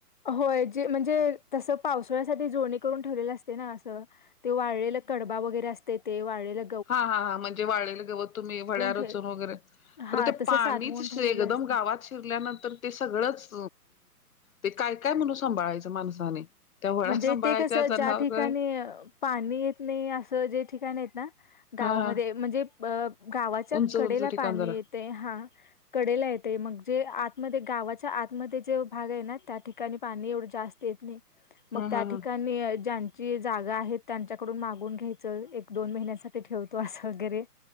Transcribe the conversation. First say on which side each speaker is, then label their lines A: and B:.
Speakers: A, on the left; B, on the left.
A: होय, जे म्हणजे तसं पावसाळ्यासाठी जोडणी करून ठेवलेलं असते ना असं- ते वाळलेल कडबा वगैरे असतय ते वाळलेल-
B: हा, हा, हा म्हणजे वाळेलल गवत तुम्ही वड्या रचून
A: ठेव
B: वगैरे- खर
A: हा
B: ते
A: तसं
B: पाणीच
A: साठवून ठेवलेलं
B: एकदम
A: असते
B: गावात शिरल्यानंतर- ते सगळंच, ते काय, काय म्हणून सांभाळायचं. माणसाने त्या वळा
A: म्हणजे
B: सांभाळायच्या
A: ते कस
B: जनावर
A: ज्या ठिकाणी- पाणी येत नाही, असं जे ठिकाण आहेत ना- गावामध्ये
B: हा हा
A: म्हणजे अ गावाच्या
B: उंच
A: कडेला
B: उंच ठिकाण
A: पाणी
B: जरा
A: येतय. हा, कडेला येते मग, जे आतमध्ये गावाच्या आतमध्ये जे भाग आहे ना, त्या ठिकाणी पाणी एवढं जास्त- येत नाही, मग
B: ह
A: त्या
B: ह
A: ठिकाणी
B: ह
A: ज्यां- जी जागा आहेत, त्यांच्याकडून मागून घ्यायचं. एक, दोन महिन्यासाठी ठेवतो असं वगैरे-